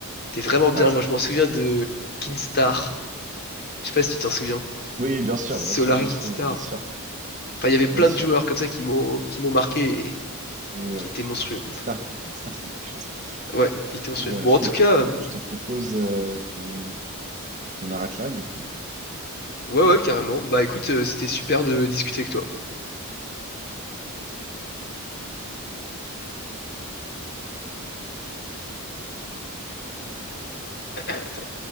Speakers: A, on the left; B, on the right.
A: était vraiment bien.
B: Ouais. c'est-
A: Moi, je m'en souviens de Kinstar. Je sais pas si tu t'en souviens.
B: Oui, bien sûr,
A: Solari
B: bien sûr, je m'en
A: Kinstar.
B: souviens, bien sûr,
A: Enfin, il y avait
B: bien
A: plein
B: sûr.
A: de joueurs comme ça qui m'ont qui m'ont marqué et
B: Ouais. ouais.
A: qui étaient monstrueux.
B: Kickstar, Kickstar, c'était quelque chose.
A: Ouais, ils étaient monstrueux.
B: Bon, bah,
A: Bon,
B: je
A: en tout
B: te,
A: cas, euh,
B: je te propose euh, qu'on qu'on arrête là, du coup.
A: Ouais, ouais, carrément. Bah écoute, euh, c'était super de discuter avec toi. <clears throat> Attends.